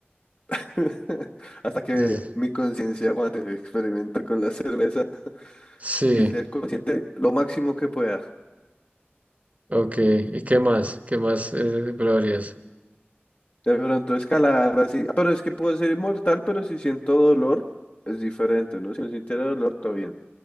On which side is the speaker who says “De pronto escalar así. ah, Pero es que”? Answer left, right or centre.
Left